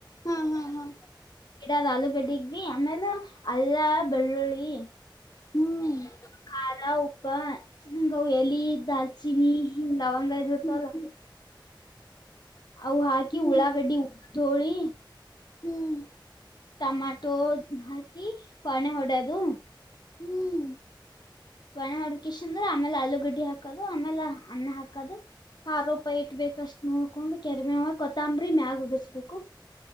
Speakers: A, on the left (about 45°); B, on the left (about 55°).
A: ಹಾ ಹಾ ಹಾ
B: ಗಿಡದ ಆಲೂಗಡ್ಡಗ್ ಭ ಆಮೇಲೆ ಅಲ್ಲ ಬೆಳ್ಳುಳ್ಳಿ
A: ಹ್ಮ್
B: ಖಾರ ಉಪ್ಪ ಗ ಎಲಿ ದಾಲ್ಚಿನಿ ಲವಂಗ ಇದದು ಇರ್ತಲ್ಲ
A: ಹ್ಮ್ ಹ್ಮ್
B: ಅವು ಹಾಕಿ
A: ಹ್ಮ್
B: ಉಳಾಗಡ್ಡಿ ಉಟ್ಟೋಳಿ
A: ಹ್ಮ್
B: ಟಮಾಟೊ ಹಾಕಿ ಪಾಣೆ ಹೊಡೋದು
A: ಹ್ಮ್
B: <unintelligible> ಆಮೇಲೆ ಆಲೂಗಡ್ಡಿ ಹಾಕದು ಆಮೇಲೆ ಅನ್ನ ಹಾಕದು ಖಾರೋಪ ಇಟ್ಬೇಕಷ್ಟ್ ನೋಡ್ಕೊಂಡು ಕರಬೇವು ಕೊತ್ತಂಬ್ರಿ ಮ್ಯಾಗ್ ಉದರ್ಸ್ಬೇಕು